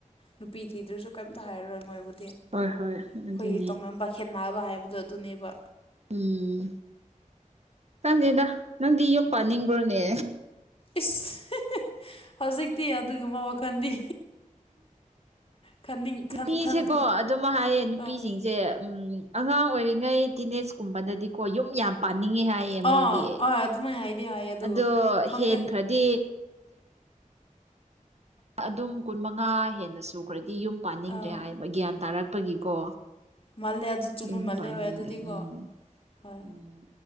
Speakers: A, on the left; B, on the right.
A: ꯅꯨꯄꯤ ꯊꯤꯗ꯭ꯔꯁꯨ ꯀꯩꯝꯇ ꯍꯥꯏꯔꯔꯣꯏ ꯃꯣꯏꯕꯨꯗꯤ ꯑꯩꯈꯣꯏ
B: ꯍꯣꯏ ꯍꯣꯏ ꯑꯗꯨꯅꯤ
A: ꯇꯣꯡꯉꯥꯟꯕ ꯈꯦꯠꯅꯕ ꯍꯥꯏꯕꯗꯣ ꯑꯗꯨꯅꯦꯕ
B: ꯎꯝ ꯈꯪꯪꯗꯦꯗ ꯅꯪꯗꯤ ꯌꯨꯝ ꯄꯥꯟꯅꯤꯡꯕ꯭ꯔꯣꯅꯦ
A: ꯏꯁ ꯍꯧꯖꯤꯛꯇꯤ ꯑꯗꯨꯒꯨꯝꯕ ꯋꯥꯈꯜꯗꯤ ꯈꯟꯅꯤꯡ ꯈꯟ
B: ꯃꯤꯁꯦꯀꯣ
A: ꯈꯟ
B: ꯑꯗꯨꯝ ꯍꯥꯏꯌꯦ ꯅꯨꯄꯤꯁꯤꯡꯁꯦ
A: ꯑꯥ
B: ꯎꯝ ꯑꯉꯥꯡ ꯑꯣꯏꯔꯤꯉꯩ ꯇꯤꯅꯦꯁ ꯀꯨꯝꯕꯗꯗꯤꯀꯣ ꯌꯨꯝ ꯌꯥꯝ ꯄꯥꯅꯤꯡꯉꯦ ꯍꯥꯏ ꯃꯣꯏꯗꯤ
A: ꯑꯥ ꯑꯥ ꯑꯗꯨꯃꯥꯏꯅ ꯍꯥꯏꯗꯤ ꯍꯥꯏꯌꯦ ꯑꯗꯨ
B: ꯑꯗꯣ
A: ꯈꯪꯗꯦ
B: ꯍꯦꯟꯈ꯭ꯔꯗꯤ ꯑꯗꯨꯝ ꯀꯨꯟ ꯃꯉꯥ ꯍꯦꯟꯅ ꯁꯨꯈ꯭ꯔꯗꯤ ꯌꯨꯝ ꯄꯥꯅꯤꯡꯗ꯭ꯔꯦ
A: ꯑꯥ
B: ꯍꯥꯏꯕ ꯒ꯭ꯌꯥꯟ ꯇꯥꯔꯛꯄꯒꯤꯀꯣ
A: ꯃꯜꯂꯦ ꯑꯗꯨ ꯆꯨꯝꯕ
B: ꯑꯗꯨꯝ
A: ꯃꯥꯜꯂꯦ
B: <unintelligible> ꯄꯅꯤꯗꯦ
A: ꯍꯣꯏ ꯑꯗꯨꯗꯤꯀꯣ
B: ꯎꯝ
A: ꯍꯣꯏ
B: ꯎꯝ